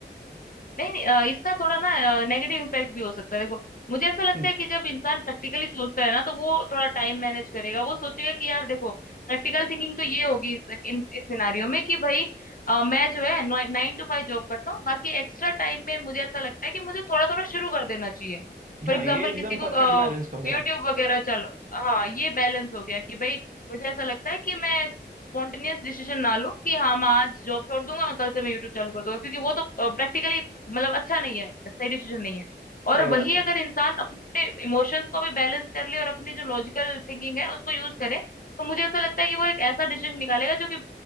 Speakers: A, on the left; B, on the right.
A: नहीं नहीं अ, इसका थोड़ा ना नेगेटिव इम्पैक्ट भी हो सकता है देखो मुझे ऐसा लगता
B: हम्म,
A: है कि जब इंसान प्रैक्टिकली सोचता है ना तो वो थोड़ा टाइम मैनेज करेगा वो सोचेगा कि यार देखो प्रैक्टिकल थिंकिंग तो ये होगी इस इन, इस सिनारियो में कि भाई अ, मैं जो है नाइन टू फाइव जॉब करता हूँ बाकी एक्स्ट्रा टाइम में मुझे ऐसा लगता है कि मुझे थोड़ा थोड़ा शुरू कर देना चाहिए फॉर
B: हाँ
A: एग्जाम्पल
B: ये एकदम
A: किसी
B: परफेक्ट
A: को
B: बैलेंस हो गया
A: यूट्यूब वगैरह चलो हाँ ये बैलेंस हो गया कि भाई मुझे ऐसा लगता है कि मैं स्पॉन्टेनियस डिसीजन ना लूं कि हाँ मैं आज जॉब छोड़ दूंगा कल से मैं यूट्यूब चालू कर दूंगा क्योंकि वो तो प्रैक्टिकली मतलब अच्छा नहीं है सही डिसीजन नहीं है और
B: सही बात
A: वही
B: है
A: अगर इंसान अपने इमोशंस को भी बैलेंस कर ले और अपनी जो लॉजिकल थिंकिंग है उसको यूज करे तो मुझे ऐसा लगता है कि वो एक ऐसा डिसीजन निकालेगा जो कि